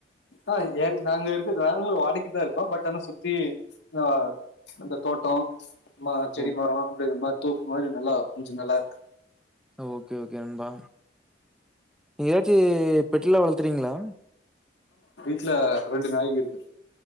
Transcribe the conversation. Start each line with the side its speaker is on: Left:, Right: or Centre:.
Left: ஆ ஏங் நாங்க இருக்க நாங்களு வாடைக்குதா இருக்கோ பட் ஆனா சுத்தி ஆ அந்த தோட்ட மா செடி
Centre: ஓ
Left: மர அப்டிங்ற மார் தோப்பு மாரி நல்லா கொஞ்ச நல்லாருக்கு
Centre: ஓகே ஓகே நண்பா நீங்க எதாச்சி பெட்லா வளத்துறிங்ளா
Left: டுல ரெண்டு நாய்ங்க இருக்கு